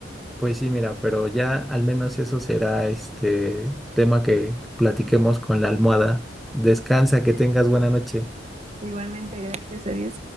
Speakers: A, in the centre; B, on the right (about 35°).
A: Pues sí, mira, pero ya al menos eso será este tema que platiquemos con la almohada. Descansa, que tengas buena noche.
B: Igualmente, gracias a Dios.